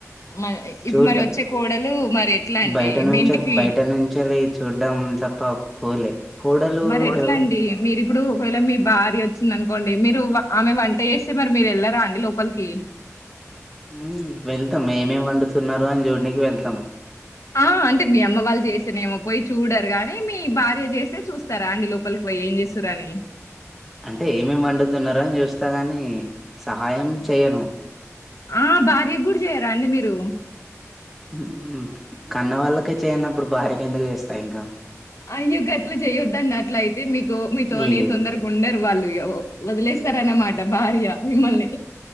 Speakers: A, on the left; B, in the centre.
A: మన ఇప్పుడు
B: చూడం
A: మరి వచ్చే కోడలు మరి ఎట్లా అండి
B: బయట నుంచి
A: మీ ఇంటికి
B: బయట నుంచి అది చూడం తప్ ఆ పోలే కోడలు
A: మరి ఎట్లా
B: ఎవ్
A: అండి మీరు ఇప్పుడు ఒకవేళ మీ భార్య వచ్చి వచ్చింది అనుకోండి మీరు వ ఆమె వంట చేస్తే మరి మీరు వెళ్ళారా అండి లోపలికి
B: హమ్ వెళ్తాం ఏమేం వండుతున్నారు ఫోన్ చూడనీకి వెళ్తాం
A: ఆ అంటే మీ అమ్మ వాళ్లు చేస్తేనేమో పోయి చూడరు గాని మీ భార్య చేస్తే చూస్తా సరే రండి లోపలికి పోయి ఏం చేస్ చూడండి
B: అంటే ఏమేమి వండుతున్నారో అని చూస్తా కానీ సహాయం చేయను.
A: ఆ భార్యకు కూడా చేయారా అండి మీరు
B: ఉమ్ కన్నవాళ్ళకే చేయనప్పుడు భార్యకి ఎందుకు చేస్తా ఇంకా
A: అయ్యో గట్ల చెయ్యొద్దండి అట్లా అయితే మీకు మీతోనీ
B: లేదు
A: తొందరగా ఉండరు వాళ్ళు వదిలేస్తారన్నమాట భార్య మిమ్మల్ని.